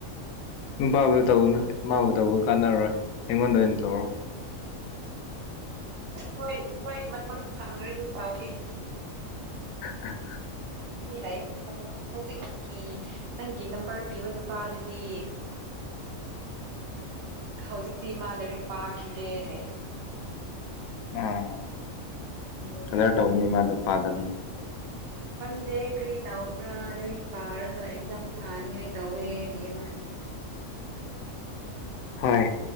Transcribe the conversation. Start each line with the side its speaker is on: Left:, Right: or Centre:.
Left: ꯕ ꯇꯎꯅ ꯃꯥꯕꯨ ꯇꯧꯕ ꯀꯥꯟꯅꯔꯣꯏ ꯑꯩꯉꯣꯟꯗ ꯑꯣꯏꯅ ꯇꯧꯔꯣ
Right: ꯍꯣꯏ ꯅꯣꯏ ꯃ ꯐꯪꯈꯦꯗꯤ ꯇꯥꯎꯒꯦ
Left: ꯑꯦ
Right: ꯑꯩ ꯂꯥꯛꯏꯕ ꯃꯇꯝꯗ ꯍꯧꯖꯤꯛꯀꯤ ꯅꯪꯒꯤ ꯅꯝꯕꯔ ꯄꯤꯕ ꯅꯨꯄꯥ ꯑꯗꯨꯗꯤ ꯍꯧꯖꯤꯛꯇꯤ ꯃꯥꯗꯔꯤ ꯄꯥꯈꯤꯒꯦ ꯍꯥꯏ
Left: ꯑꯥ
Right: ꯑꯗꯨꯒꯤ
Left: ꯀꯗꯥꯏ ꯇꯧꯅꯤ ꯃꯥꯗ ꯐꯥꯗꯔꯅꯤ
Right: ꯈꯪꯗꯦ ꯀꯔꯤ ꯇꯕ꯭ꯔꯥ ꯂꯥꯏꯔꯤꯛ ꯄꯥꯔꯒ ꯑꯦꯛꯖꯥꯝ ꯊꯥꯅꯤꯡꯉꯥꯏ ꯇꯧꯋꯦ ꯍꯌꯦ ꯃꯥꯗꯤ
Left: ꯍꯣꯏ